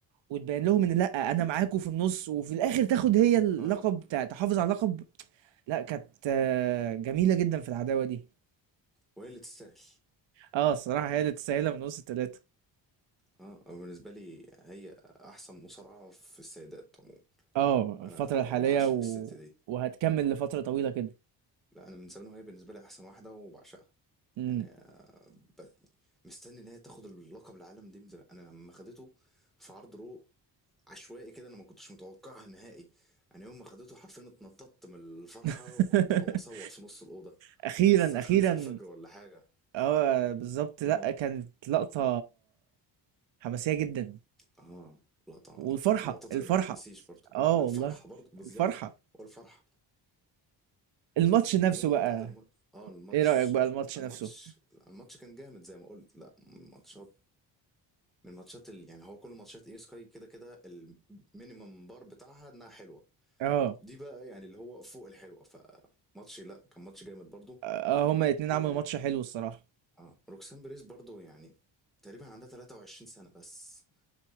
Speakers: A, on the right; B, in the centre.
A: وتبين لهم ان لا انا معاكم في النص وفي الاخر تاخد هي اللقب
B: اه
A: تع- تحافظ على اللقب لا كانت آه، جميله جدا في العداوه دي
B: وهي اللي تستاهل
A: اه الصراحه هي اللي تستاهلها من وسط الثلاثه
B: اه أو بالنسبة لي هي أحسن مصارعة في السيدات عموما
A: اه
B: أنا
A: الفتره الحاليه
B: بعشق
A: و...
B: الست دي
A: وهتكمل لفتره طويله كده
B: لا أنا من زمان وهي بالنسبة لي أحسن واحدة وبعشقها
A: امم
B: يعني ب- مستني ان هي تاخد اللقب العالم دي من زمان انا لما خدته في عرض رو عشوائي كده انا ما كنتش متوقعها نهائي انا يوم ما خدته حرفيا اتنططت من الفرحه
A: <laughs>
B: وكنت هقوم اصوت في نص الاوضه
A: اخيرا
B: كان الساعه
A: اخيرا
B: 5 الفجر ولا حاجه
A: اه بالظبط
B: اه
A: لا كانت لقطة حماسية جدا
B: اه لقطه ما
A: والفرحة
B: تت- من اللقطات
A: الفرحة
B: اللي ما تتنسيش برضه
A: اه
B: آه
A: والله
B: الفرحه برضه بالظبط
A: الفرحة
B: هو الفرحه
A: الماتش نفسه
B: عموما
A: بقى
B: بعد الماتش اه الماتش
A: ايه رأيك بقى الماتش
B: الماتش
A: نفسه
B: الماتش كان جامد زي ما قلت لا ماتشات من الماتشات اللي يعني هو كل ماتشات اي سكاي كده كده المينيمم بار بتاعها انها حلوه
A: اه
B: دي بقى يعني اللي هو فوق الحلوه فماتش لا كان ماتش جامد برضو
A: اه هما الاتنين
B: و
A: عملوا ماتش حلو الصراحة
B: اه روكسان بريز برضو يعني تقريبا عندها 23 سنه بس